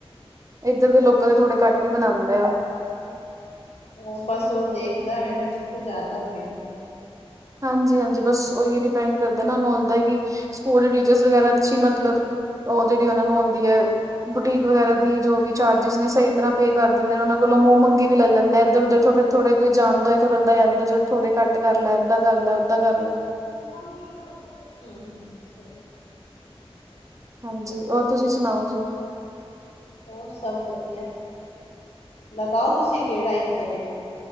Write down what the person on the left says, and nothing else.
ਹੂੰ
ਉਹ ਬਸ ਉਹ ਦੇਖਦਾ ਹੋ ਨਾ ਜਿੱਥੋਂ ਜ਼ਿਆਦਾ ਮਿਲ ਗਿਆ।
ਮੰ ਮਾਮੀ ਦਾ ਹੂੰ ਹੂੰ ਸਹੀ ਗੱਲ ਏ-
ਹੋਰ ਸਭ ਵਧੀਆ। ਲਗਾਓ ਤੁਸੀਂ ਗੇੜਾ ਇੱਧਰ ਇੱਕ।